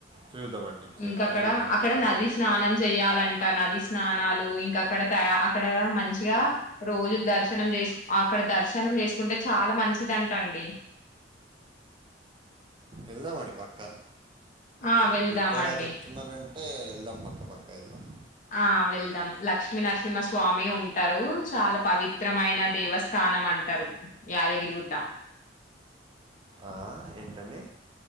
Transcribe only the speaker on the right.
చూద్దామండి చే-
ట్రై చేద్దాం
ఎల్దాం మడి పక్క
మీ ఇంతేలా చెప్తున్నారంటే ఇద్ద పక్క పక్క ఎల్దాం
ఆ, ఏంటండి